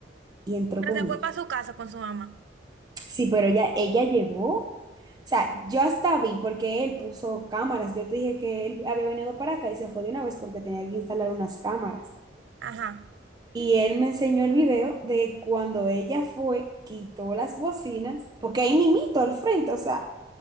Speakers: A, on the right; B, on the right.
A: y entró
B: Pero
A: con
B: se
A: ella.
B: fue para su casa con su mamá.
A: Sí, pero ella, ella llevó. O sea, yo hasta vi porque él puso cámaras. Yo te dije que él había venido para acá y se fue de una vez porque tenía que instalar unas cámaras.
B: Ajá.
A: Y él me enseñó el video de cuando ella fue, quitó las bocinas, porque ahí mimito al frente, o sea,